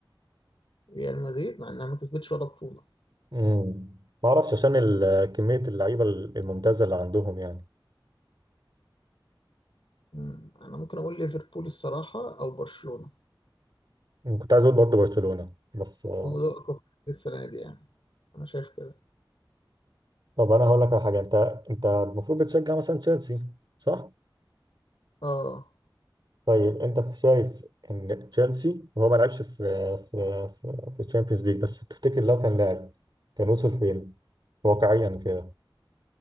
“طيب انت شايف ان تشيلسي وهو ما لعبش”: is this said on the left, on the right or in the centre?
Right